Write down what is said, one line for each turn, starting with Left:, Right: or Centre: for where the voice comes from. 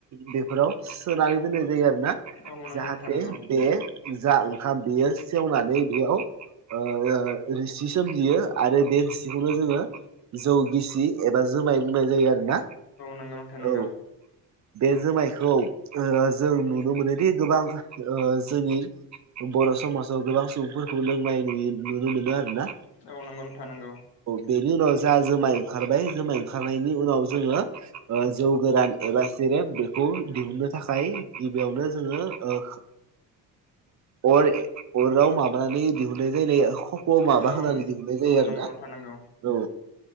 Right: बेफोराव सोनानै दोननाय जायो आरो ना
Left: औ नंगौ
Right: जाहाथे
Left: नोंथां नंगौ
Right: बे जा ओंखाम बेयो सेवनानै बेयाव ओ रोसि सोमजियो आरो बे रोसिखौनो जोङो जौ गिसि एबा जुमाय बुंनाय जायो आरोना
Left: नोंगौ नोंथां नोंगौ
Right: औ बे जुमायखौ ओ जों नुनो मोनोदि गोबां ओ जोंनि बर' समाजाव गोबां सुबुंफोरखौ लोंनाय नु नुनो मोनो आरो ना।
Left: औ नंगौ नोंथां नंगौ।
Right: बेनि उनाव जा जुमाय ओंखारबाय जुमाय ओंखारनायनि उनाव जोङो ओ जौ गोरान एबा बेखौ दिहुननो थाखाय गिबियावनो जोङो ओ अर अराव माबानानै दिहुननाय जायो। माबा
Left: औ
Right: होनानै
Left: नंगौ
Right: दिहुननाय जायो
Left: औ
Right: आरोना
Left: नंगौ नोंथां नंगौ
Right: औ